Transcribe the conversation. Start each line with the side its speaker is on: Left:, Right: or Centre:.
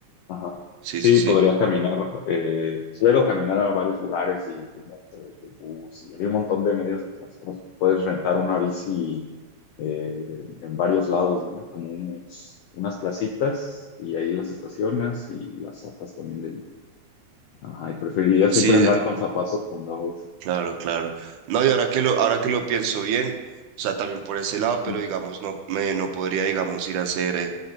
Left: Ajá.
Right: sí,
Left: Sí,
Right: sí, sí.
Left: podrías caminar, eh, suelo caminar a varios lugares y el metro y el bus y hay un montón de medios de transporte. Puedes rentar una bici eh, en varios lados, ¿no? Hay como unos, unas placitas y ahí las estacionas y las zapas también de... ahí. Ajá, y preferiría
Right: Sí,
Left: siempre andar con zapatos cuando hago eso.
Right: Claro, claro. No, y ahora que lo, ahora que lo pienso bien, o sea, también por ese lado, pero
Left: <laughs>
Right: digamos, no, me, no podría, digamos, ir a hacer eh,